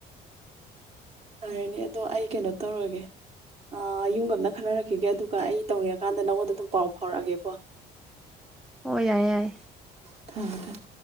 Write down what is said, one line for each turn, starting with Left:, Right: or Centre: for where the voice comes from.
Right: ꯐꯔꯅꯦ ꯑꯗꯣ ꯑꯩ ꯀꯩꯅꯣ ꯇꯧꯔꯒꯦ ꯑ ꯌꯨꯝꯒ ꯑꯃꯗ ꯈꯟꯅꯔꯛꯈꯤꯒꯦ ꯑꯗꯨꯒ ꯑꯩ ꯇꯧꯅꯤꯡꯉꯀꯥꯟꯗ ꯅꯪꯉꯣꯟꯗ ꯑꯗꯨꯝ ꯄꯥꯎ ꯐꯥꯎꯔꯛꯑꯒꯦꯀꯣ <inaudible>
Centre: ꯑꯣꯏ ꯌꯥꯏ ꯌꯥꯏ
Right: ꯊꯝꯃꯦ ꯊꯝꯃꯦ